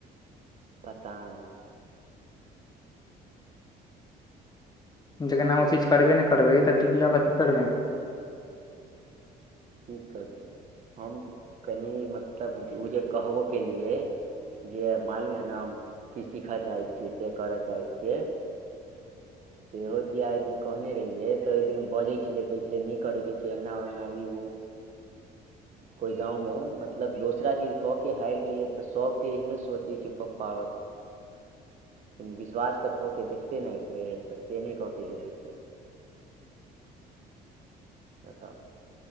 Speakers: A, on the right; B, on the left.
A: पता नै।
B: जेखन अहा ओ चीज करबे ने करबै तऽ डिग्री लऽ कऽ की करबै
A: की करिये हम कनि मतलब जे ओ जे कहबो केलियै जे मालूम है न हम कि सीख चाहै छियै। से कर चाहै छियै। इहो दिया अहि दिन कहने रहिये तऽ ओय दिन बजै छलै कहै छलै नहि करे के छै एना ओना ई ओ कोइ गाँवमे मतलब दोसरा चीज क के हारि गेलै तऽ सबके एहने सोचै छै पप्पा ओर विश्वास तऽ कऽ के देखतै ने एक बेेर तऽ से नहि कऽ के देखै छय। बताऊ